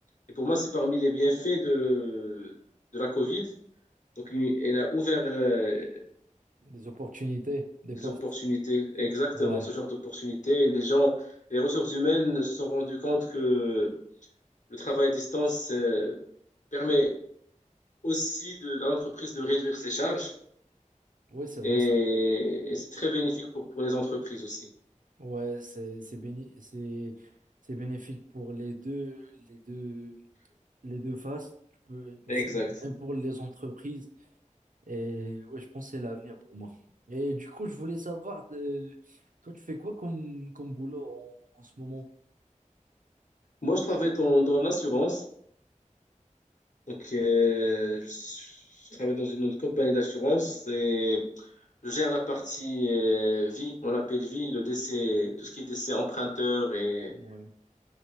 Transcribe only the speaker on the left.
Et pour moi, c'est parmi les bienfaits de, de la Covid. Donc, il- elle a ouvert euh,
les
opportunités, exactement
ce genre d'opportunités. Et Les gens, les ressources humaines se sont rendues compte que le travail à distance euh, permet aussi de, à l'entreprise de réduire ses charges
et,
et c'est très bénéfique pour, pour les entreprises aussi.
Exact.
Moi, je travaille dans, dans l'assurance. Donc, euh,
je, je travaille dans une, une compagnie d'assurance et je gère la partie euh, vie, on l'appelle vie, le décès, tout ce qui est décès emprunteur et,